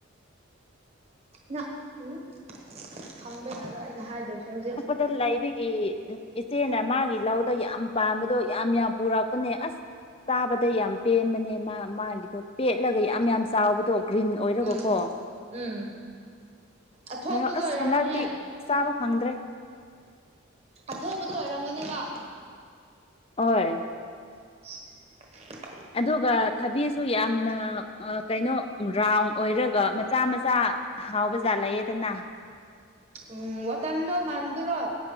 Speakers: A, on the right (about 30°); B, on the left (about 25°).
A: ꯅꯥ ꯎꯝ ꯐꯪꯕ ꯌꯥꯔꯣꯏ ꯑꯩꯅ ꯍꯥꯏꯗꯧꯁꯦ ꯍꯧꯖꯤꯛ
B: ꯗꯣ ꯂꯩꯕꯒꯤ ꯎꯝ ꯏꯆꯦꯅ ꯃꯥꯒꯤ ꯂꯧꯗ ꯌꯥꯝ ꯄꯥꯝꯕꯗꯣ ꯌꯥꯝ ꯌꯥꯝ ꯄꯨꯔꯛꯄꯅꯦ ꯑꯁ ꯆꯥꯕꯗ ꯌꯥꯝ ꯄꯦꯟꯕꯅꯦ ꯃꯥ ꯃꯥꯒꯤꯗꯣ ꯄꯦꯠꯂꯒ ꯌꯥꯝ ꯌꯥꯝ ꯆꯥꯎꯕꯗꯣ ꯒ꯭ꯔꯤꯟ ꯑꯣꯏꯔꯒꯀꯣ
A: ꯎꯝ ꯎꯝ ꯑꯊꯣꯠꯄꯗꯣ
B: ꯑꯣ ꯑꯁ
A: ꯑꯣꯏꯔꯝꯅꯤꯌꯦ
B: ꯍꯟꯗꯛꯇꯤ ꯆꯥꯕ ꯐꯪꯗ꯭ꯔꯦ
A: ꯑꯊꯣꯠꯄꯗꯣ ꯑꯣꯏꯔꯝꯒꯅꯦꯕ
B: ꯑꯣꯏ
A: <unintelligible>
B: ꯑꯗꯨꯒ ꯊꯕꯤꯁꯨ ꯌꯥꯝꯅ ꯑꯥ ꯀꯩꯅꯣ ꯔꯥꯎꯟ ꯑꯣꯏꯔꯒ ꯃꯆꯥ ꯃꯆꯥ ꯍꯥꯎꯕ ꯖꯥꯠ ꯂꯩꯌꯦꯗꯅ
A: ꯎꯝ ꯋꯥꯇꯔ ꯃꯤꯂꯣꯟ ꯃꯥꯟꯕꯗꯨꯔꯣ